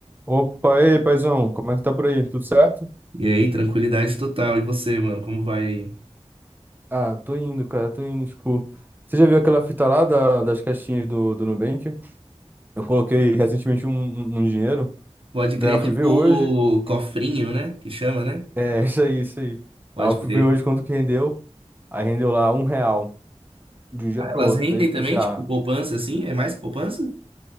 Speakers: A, on the right (about 15°); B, on the right (about 55°).
A: Opa, e aí, paizão, como é que tá por aí? Tudo certo?
B: E aí, tranquilidade total. E você, mano, como vai aí?
A: Ah, tô indo, cara, tô indo. Tipo, você já viu aquela fita lá da- das caixinhas do, do Nubank? Eu coloquei recentemente um, um- um dinheiro,
B: Pode
A: daí
B: crer,
A: eu fui
B: tipo
A: ver hoje.
B: cofrinho,
A: e-
B: né? Que chama, né?
A: É, <laughs> isso aí, isso aí.
B: Pode
A: Aí eu fui
B: crer.
A: ver hoje quanto que rendeu. Aí rendeu lá um real, de um dia
B: Ah,
A: pro
B: elas
A: outro.
B: rendem
A: Daí eu pensei,
B: também, tipo
A: ah,
B: poupança, assim? É mais que poupança?